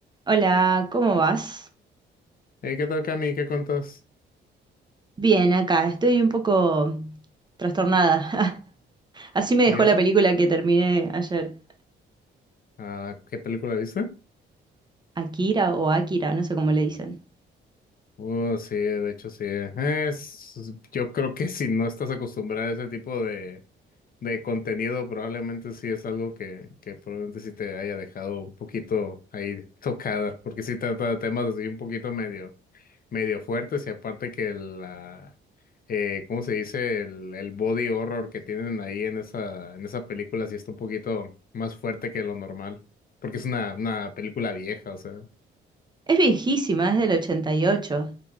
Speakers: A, on the right (about 20°); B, on the left (about 45°).
A: Hola, ¿cómo vas?
B: Hey, ¿qué tal, Cami? ¿Qué cuentas?
A: Bien, acá estoy un poco trastornada. <laughs> Así me
B: ¿Y
A: dejó
B: eso?
A: la película que terminé ayer.
B: Ah, ¿qué película viste?
A: Akira o Akira, no sé cómo le dicen.
B: Oh, sí, de hecho sí. Es, yo creo que si no estás acostumbrada a ese tipo de, de contenido, probablemente sí es algo que, que probablemente sí te haya dejado un poquito ahí tocada, porque sí trata de temas así un poquito medio. medio fuertes y aparte que la, eh, ¿cómo se dice? El, el body horror que tienen ahí en esa, en esa película sí está un poquito más fuerte que lo normal, porque es una, una película vieja, o sea.
A: Es viejísima, es del 88.